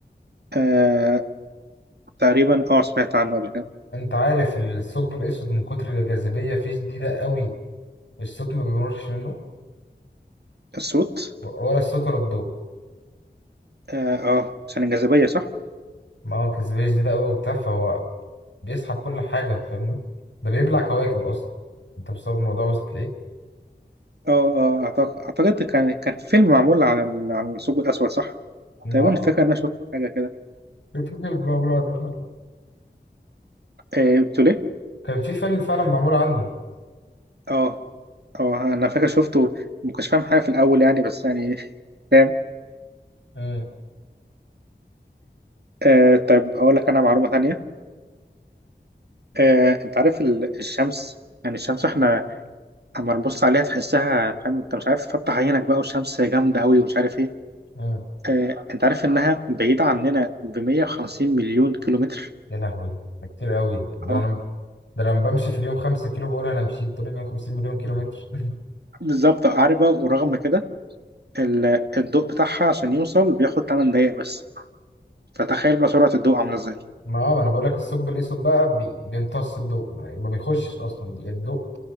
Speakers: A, on the right (about 60°); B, on the left (about 85°).
A: آه تقريبا اه سمعت عنه قبل كده
B: انت عارف الثقب الاسود من كتر الجاذبيه فيه شديده قوي الصوت ما بيمرش منه
A: الصوت
B: ولا الصوت ولا الضوء
A: اه آه، عشان الجاذبية صح
B: ما هو الجاذبية شديدة أوي وبتاع فهو بيسحب كل حاجة فاهمني ده بيبلع كواكب أصلا أنت مستوعب الموضوع وصلت لإيه؟
A: اه اه اعتقد اعتقد كان كان في فيلم معمول عن ال- عن الثقب الاسود صح
B: آه.
A: تقريبا فاكر ان انا شفت حاجة كده
B: كان في فيلم معمول عنه فعلا
A: آه بتقول ايه
B: كان في فيلم فعلا معمول عنه
A: اه اه انا فاكر شفته ما كنتش فاهم حاجه في الاول يعني بس يعني <laughs> فاهم
B: مم.
A: آه طيب اقول لك انا معلومه ثانيه آه انت عارف ال- الشمس يعني الشمس احنا اما نبص عليها تحسها فاهم انت مش عارف تفتح عينك بقى والشمس جامده قوي ومش عارف ايه
B: مم.
A: آه انت عارف انها بعيده عننا ب 150 مليون كيلومتر
B: يا لهوي ده كتير أوي ده
A: اه
B: أنا ده أنا بمشي في اليوم خمسة كيلو بقول أنا مشيت طول 150 مليون كيلو متر <laughs>
A: بالظبط عارف بقى ورغم كده ال- الضوء بتاعها عشان يوصل بياخد 8 دقايق بس فتخيل بقى سرعه الضوء عامله ازاي
B: ما هو أنا بقول لك الثقب الأسود بقى بي- بيمتص الضوء ما ما بيخشش أصلا يعني الضوء